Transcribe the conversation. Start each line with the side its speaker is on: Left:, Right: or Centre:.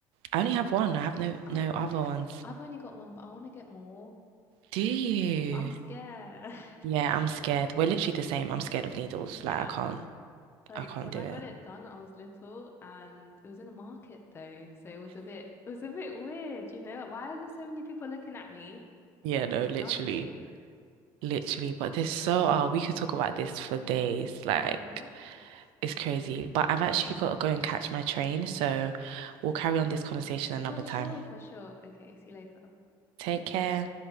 Right: I only have one. I have no
Left: I
Right: no
Left: want
Right: other
Left: to get,
Right: ones.
Left: I've only got one, but I want to get more.
Right: Do you?
Left: But I'm scared. <laughs>
Right: Yeah, I'm scared. We're literally the same. I'm scared of needles.
Left: Yeah.
Right: Like I can't
Left: Like
Right: I can't
Left: when
Right: do
Left: I
Right: it.
Left: got it done, I was little and it was in a market though. So it was a bit, it was a bit weird, you know? Like, Why are there so many people looking at me?
Right: Yeah, no, literally,
Left: And I was a kid.
Right: literally. But there's so, uh, we could talk about this for days. Like,
Left: Mm-hmm.
Right: it's crazy. But I've actually got to go and catch my train. So we'll carry on this conversation another
Left: For sure,
Right: time.
Left: for sure. Okay. See you later.
Right: Take care.